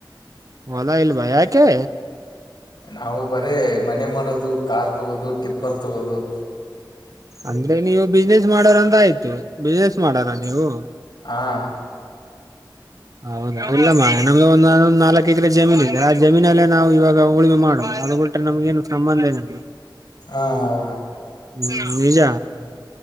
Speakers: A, on the right; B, on the left.
A: ಹೊಲಾ ಇಲ್ವಾ ಯಾಕೆ.
B: ನಾವು ಬರೇ ಮನೆ ಮಾಡೋದು ಕಾರ್ ತೊಗೋದು ಟಿಪ್ಪರ್ ತೊಗೋದು.
A: ಅಂದ್ರೆ ನೀವು ಬಿಸ್ನೆಸ್ ಮಾಡರ ಅಂತ ಆಯ್ತು ಬಿಸ್ನೆಸ್ ಮಾಡರ ನೀವು.
B: ಹಾಂ
A: ಹ ಹೌದಾ ಇಲ್ಲಮ ನಮ್ದು ಒಂದ್ ನಾ ನಾಲ್ಕು ಎಕರೆ ಜಮೀನ್ ಇದೆ ಆ ಜಮೀನಲ್ಲೇ ನಾವು ಇವಾಗ ಉಳಿಮೆ ಮಾಡುವ. ಆ ನಮ್ಗೇನು ಸಂಬಂಧ ಇಲ್ಲ.
B: ಹಾ ಹಾ ಹಾ
A: ಹ್ಮ್ ನಿಜ
B: ಹ್ಮ್